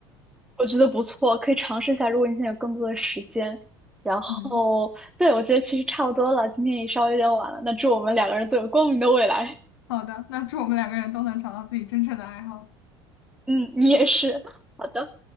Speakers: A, in the centre; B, on the left.
A: 我觉得不错，可以尝试一下。如果你现在有更多的时间，然后，
B: 嗯，
A: 对，我觉得其实差不多了，今天也稍微有点晚了。那祝我们两个人都有光明的未来。
B: 好的，那祝我们两个人都能找到自己真正的爱好。
A: 嗯，你也是。好的。